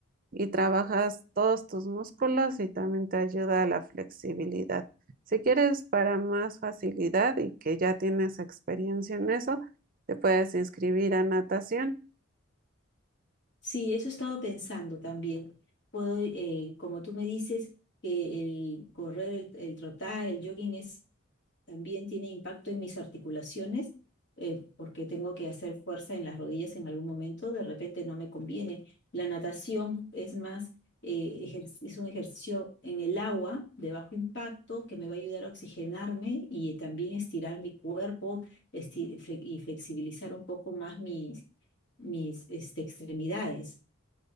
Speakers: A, on the right; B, on the left.
A: y trabajas todos tus músculos y también te ayuda a la flexibilidad. Si quieres para más facilidad y que ya tienes experiencia en eso, te puedes inscribir a natación.
B: Sí, eso he estado pensando también. Puedo, eh, como tú me dices, que el correr, el, el trotar, el jogging es También tiene impacto en mis articulaciones eh, porque tengo que hacer fuerza en las rodillas en algún momento, de repente no me conviene. La natación es más, eh, ejer- es un ejercicio en el agua de bajo impacto que me va a ayudar a oxigenarme y también estirar mi cuerpo esti- fle- y flexibilizar un poco más mis, mis este, extremidades.